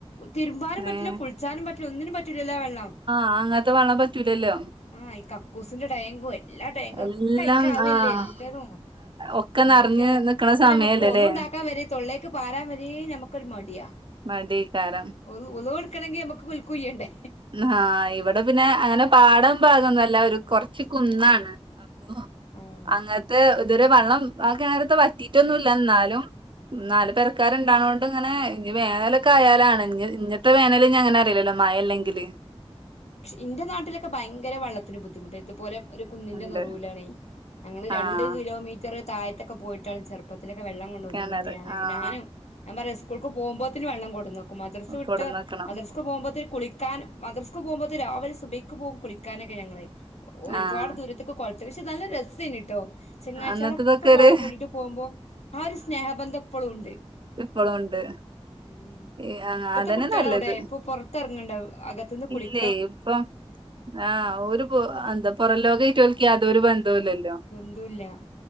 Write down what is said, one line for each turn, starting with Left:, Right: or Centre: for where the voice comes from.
Left: തിരുമ്പാനും പറ്റില്ല
Right: ഏഹ്
Left: കുൾച്ചാനും പറ്റില്ല ഒന്നിനും പറ്റൂലല്ലോ ആ വെള്ളം.
Right: ആങ്ങത്തെ വള്ള പറ്റൂലല്ലോ.
Left: ആഹ് ഈ <unintelligible> എല്ലാ ടേങ്കൊക്കയ്ക്കാവല്ലേ
Right: എല്ലാം ആഹ്
Left: എല്ലതും.
Right: ഒക്കെ
Left: എന്തക്ക്യാ
Right: നിറഞ്ഞ് നിക്കണ
Left: അപ്പൊ
Right: സമയല്ലല്ലേ
Left: ഞമ്മക്ക് ഒളുണ്ടാക്ക ക്കാ വരെ തൊള്ളേക്ക് പാരാൻ വരേ ഞമ്മക്കൊരു മടിയാ.
Right: മടിയേക്കാരം
Left: ഒളു വുളൂഹ് ഇട്ക്കണങ്കി ഞമ്മക്ക് കുൽക്കുയ്യണ്ടേ
Right: ന്നഹാ ഇവടെ പിന്നെ അങ്ങനെ പാടം ഭാഗൊന്നല്ല ഒരു കൊർച്ച് കുന്നാണ്. ന്നു
Left: ആഹ്
Right: അങ്ങല്ത്തെ ഇതെരെ വെള്ളം ആ കിണർത്തെ വറ്റിട്ടൊന്നുല്ല ഇന്നാലും നാല് പേരക്കാർ ഇണ്ടാണുകൊണ്ട് ഇങ്ങനെ ഇനി വേനലൊക്കെ ആയാലാണ് ഇ ഇങ്ങത്തെ വേനല ഇ അങ്ങനെ അറിയില്ലല്ലോ മഴലങ്കില്
Left: ഇന്റെ നാട്ടിലൊക്കെ ഭയങ്കര വെള്ളത്തിന് ബുദ്ധിമുട്ട് ഇതുപോലെ ഒരു കുന്നിൻന്റെ
Right: ഉണ്ട്
Left: നറുവിലണ് ഞങ്ങള്ൾ
Right: ആഹ്
Left: രണ്ട് കിലോമീറ്റർ താഴത്തൊക്കെ പോയിട്ടാണ് ചെറുപ്പം ഇപ്പത്തിലൊക്കെം കൊണ്ടുവന്ന
Right: കിണറ്
Left: ഇനി
Right: ആഹ്
Left: ഞാനും ഞാ പറയാ സ്കൂക്ക് പോക്പോഴേും വെള്ളം കൊടുന്നു മദ്രസ് വിട്ട്
Right: കൊടന്നക്കണം
Left: മദ്രസ് പോകുമ്പോ കുളിക്കാൻ മദ്ര പോുമ്പോ രാവിലെ സുബക്ക് പോകും കുളിക്കാനൊക്കെ ഞ ഒരുപാട്
Right: ആഹ്
Left: ദൂരത്ത അത്യാ പക്ഷെ നല്ല രസേന കട്ടോ ചെങ്ങാഴ്ചകളൊക്കെ
Right: അന്നത്തതൊക്കെ ഒരു
Left: പാടം കൂടിട്ട് പോകുമ്പോ ആ ഒരു സ്നേഹബന്ധം എപ്പോഴും ഉണ്ട്
Right: ഇപ്പോളും ഉണ്ട്
Left: ഉ
Right: ഈ ആ
Left: ഇപ്പത്തെ
Right: അതന്നെ
Left: കുട്ടികള
Right: നല്ലത്
Left: അവിടെ ഇപ്പൊ പുറത്തിറങ്ങണ്ട അകത്തന്ന് കുളിക്ക
Right: ല്ല ഇപ്പൊ ആ് ഒരു എന്താ പുൊറ ലോക ഇട്ട <unintelligible> പന്തലിയല്ലോ
Left: ബന്ധുല്ല